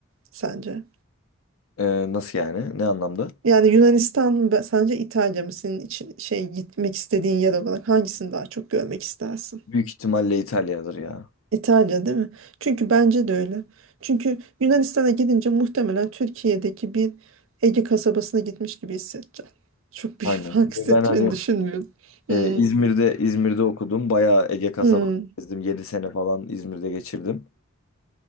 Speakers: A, on the right; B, on the left.
A: sence?
B: Ee, nasıl yani? Ne anlamda?
A: Yani Yunanistan mı be- sence İtalya mı senin için şey gitmek istediğin yer olarak hangisini daha çok görmek istersin?
B: Büyük ihtimalle İtalya'dır ya.
A: İtalya değil mi? Çünkü bence de öyle. Çünkü Yunanistan'a gidince muhtemelen Türkiye'deki bir Ege kasabasına gitmiş gibi hissedeceğim. Çok büyük
B: Aynen.
A: <laughs> fark hissedeceğini
B: Ve Ben hani
A: düşünmüyorum. Hmm.
B: e, İzmir'de İzmir'de okudum. Bayağı Ege kasabası
A: Hmm.
B: gezdim. yedi sene falan İzmir'de geçirdim.